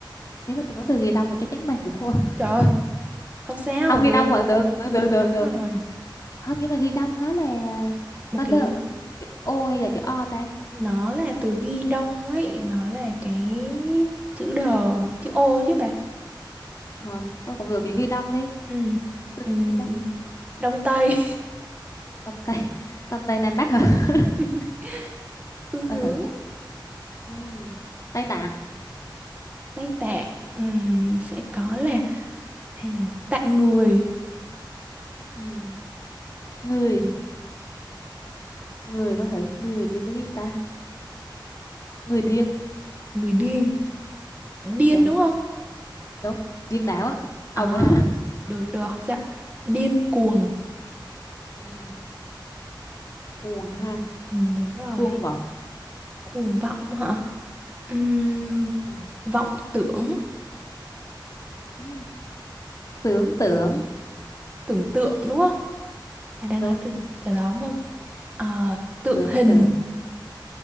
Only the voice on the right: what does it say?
trời
ơi không sao
được
ừ,
đúng
rồi
một
cái
nó là từ ghi đông ấy nó là cái chữ đờ chữ ô chứ bà
ừ
ừ
đông tây
<laughs>
phương hướng
ấy.
Tây Tạng ừm, sẽ có là hay là tạng người
người điên điên
đúng không
à
được được không sao điên cuồng
ừ, đúng rồi
cuồng vọng hả Ừm,
vọng tưởng
tưởng tượng đúng không bà đang
nói từ từ đó đúng không Ờ, tượng
hình